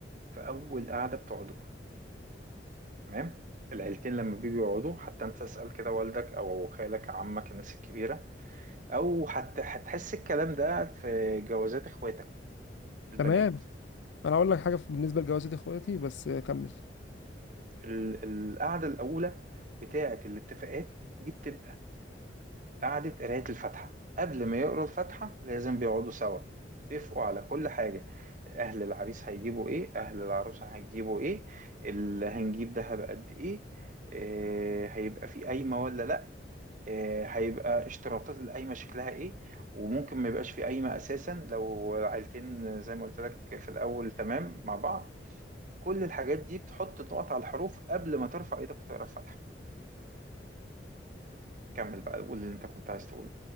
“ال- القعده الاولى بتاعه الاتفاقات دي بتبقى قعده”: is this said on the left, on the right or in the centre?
Right